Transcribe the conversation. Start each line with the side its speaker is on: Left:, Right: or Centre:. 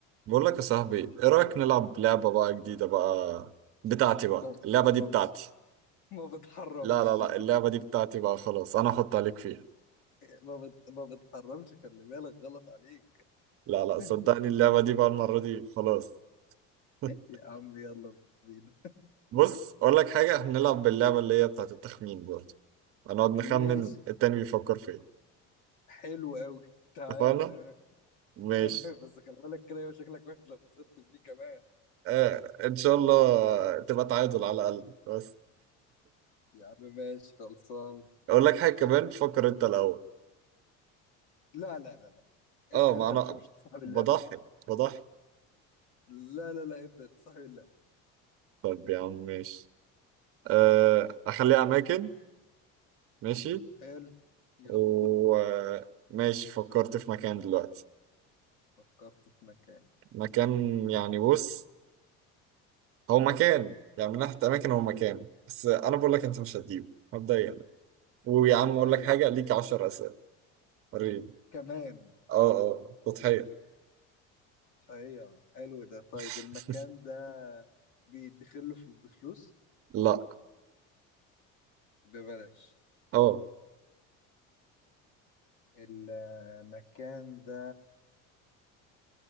Right: بقول لك يا صاحبي ايه رأيك نلعب لعبة بقى جديدة بقى بتاعتي بقى
Left: ما بتحرمش
Right: اللعبة دي بتاعتي
Left: ما بتحرمش
Right: لا لا لا اللعبة دي بتاعتي بقى خلاص انا احط عليك فيها
Left: ما, بت... ما بتحرمش خلي بالك غلط عليك
Right: لا لا
Left: <laughs>
Right: صدقني اللعبة دي بقى المرة دي خلاص <laughs>
Left: يا عم يلا بينا
Right: بص اقول لك حاجة احنا نلعب باللعبة اللي هي بتاعت التخمين برضه هنقعد نخمن
Left: ماشي
Right: التاني بيفكر في ايه
Left: حلو قوي تعالى
Right: اتفقنا
Left: <laughs>
Right: ماشي
Left: انا بس خلي بالك كده يبقى شكلك وحش لو خسرت في دي كمان
Right: آه ان شاء الله تبقى تعادل على الاقل بس
Left: يا عم ماشي خلصان
Right: اقول لك حاجة كمان فكر انت الاول
Left: لا لا لا لا ابدأ
Right: اه ما
Left: انت
Right: انا
Left: مش مش تصاحب اللعبة
Right: بضحي بضحي
Left: لا لا لا ابدأ تصاحب اللعبة
Right: طب يا عم ماشي آه، اخليها اماكن ماشي
Left: حلو يلا
Right: وماشي فكرت في مكان دلوقتي
Left: فكرت في مكان
Right: مكان يعني بص هو مكان يعني من ناحية اماكن هو مكان بس انا بقول لك انت مش هتجيبه مبدئيا ويا عم
Left: طيب
Right: اقول لك حاجة ليك 10 اسئلة وريني
Left: كمان
Right: اه اه تضحية
Left: ايوه حلو ده طيب
Right: <laughs>
Left: المكان ده بيدخله في- بفلوس
Right: لا
Left: ببلاش
Right: اه
Left: المكان ده